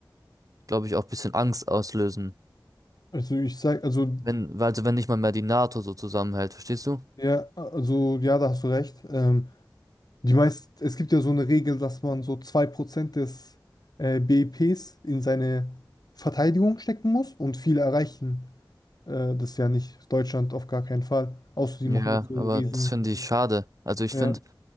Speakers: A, on the right (about 50°); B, on the left (about 60°).
A: glaube ich, auch bisschen Angst auslösen.
B: Also ich sag, also
A: Wenn, weil- also wenn nicht mal mehr die NATO so zusammenhält, verstehst du?
B: ja, also ja, da hast du recht. Ähm, die meist, es gibt ja so eine Regel, dass man so 2% des äh, BIPs in seine Verteidigung stecken muss und viele erreichen äh, das ja nicht. Deutschland auf gar keinen Fall. Außer die
A: Ja,
B: machen jetzt so
A: aber
B: einen Nee. riesen.
A: das finde ich schade. Also ich
B: Ja,
A: finde,